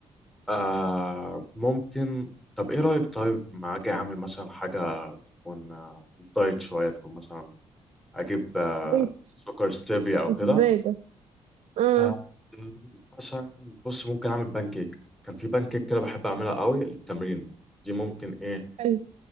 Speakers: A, in the centre; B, on the right.
A: آه ممكن طب ايه رايك طيب ما اجي اعمل مثلا حاجه تكون آه، دايت شويه تكون مثلا اجيب آه
B: طيب،
A: سكر ستيفيا او
B: إزاي
A: كده
B: ده؟ آه.
A: آه مثلا بص ممكن اعمل بان كيك كان في بان كيك كده بحب اعملها قوي للتمرين دي ممكن ايه
B: حلو